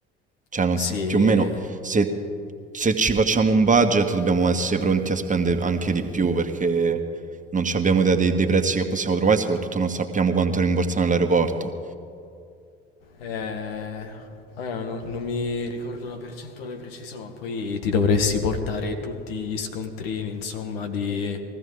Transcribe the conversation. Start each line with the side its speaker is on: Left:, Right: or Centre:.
Right: Cioè, non
Left: Sì,
Right: s- più o meno, se, se ci facciamo un budget dobbiamo essere pronti a spendere anche di più perché non ci abbiamo idea dei, dei prezzi che possiamo trovare e soprattutto non sappiamo quanto rimborsare all'aeroporto.
Left: Eh, allora, no- non mi ricordo la percentuale precisa, ma poi ti dovresti portare tutti gli scontrini, insomma, di